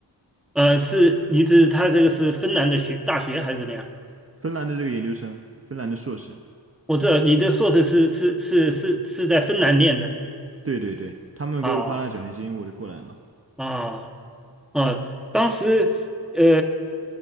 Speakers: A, in the centre; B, on the right.
A: 呃，是你指他这个是芬兰的学大学还是怎么样？
B: 芬兰的这个研究生，芬兰的硕士，
A: 我知道你的硕士是是是是是在芬兰念的
B: 对对对，他们给我发了奖学金，
A: 啊
B: 我就过来了。
A: 啊啊！当时呃，